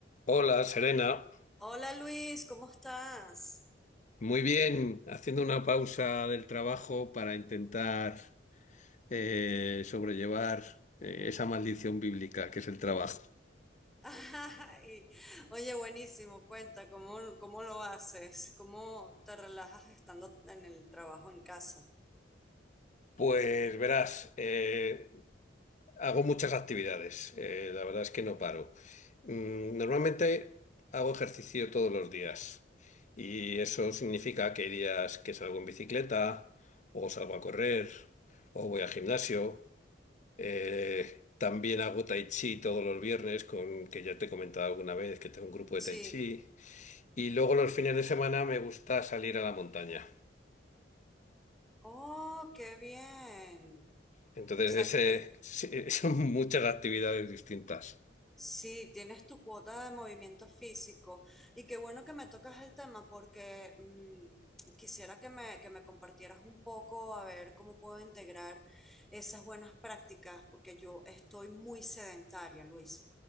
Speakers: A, on the left; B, in the centre.
A: Hola, Serena.
B: Hola Luis, ¿cómo estás?
A: Muy bien, haciendo una pausa del trabajo para intentar eh, sobrellevar eh, esa maldición bíblica que es el trabajo.
B: <laughs> Ay, oye, buenísimo, cuenta, ¿cómo, cómo lo haces? ¿Cómo te relajas estando en el trabajo en casa?
A: Pues verás, eh, hago muchas actividades, eh, la verdad es que no paro. Mm, normalmente hago ejercicio todos los días y eso significa que hay días que salgo en bicicleta o salgo a correr o voy al gimnasio. Eh, también hago tai chi todos los viernes, con, que ya te he comentado alguna vez que tengo un grupo de
B: Sí.
A: tai chi. Y luego los fines de semana me gusta salir a la montaña.
B: Oh, qué bien. O
A: Entonces,
B: sea,
A: ese,
B: que te,
A: sí, <laughs> son muchas actividades distintas.
B: Sí, tienes tu cuota de movimiento físico y qué bueno que me tocas el tema porque mm, quisiera que me, que me compartieras un poco a ver cómo puedo integrar esas buenas prácticas porque yo estoy muy sedentaria, Luis.